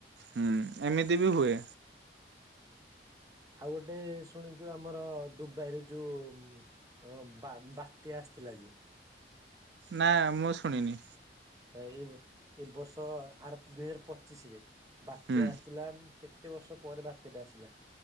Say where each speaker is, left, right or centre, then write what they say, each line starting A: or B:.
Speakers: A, on the right; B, on the right.
A: ହୁଁ ଏମିତି ବି ହୁଏ।
B: ଆଉ ଗୋଟେ ଶୁଣିଚୁ ଆମର ଦୁବାଇରେ ଯୋଉ ବା ବାତ୍ୟା ଆସିଥିଲା। କାଜୁ <inaudible>
A: ନାଁ ମୁଁ ଶୁଣିନି।
B: ଏଇ ଏ ବର୍ଷ ଆର ଦୁଇ ହଜାର ପଚିଶ ରେ ବାତ୍ୟା
A: ହୁଁ।
B: ଆସିଥିଲା କେ କେତେ ବର୍ଷ ପରେ ବାତ୍ୟାଟେ ଆସିଲା।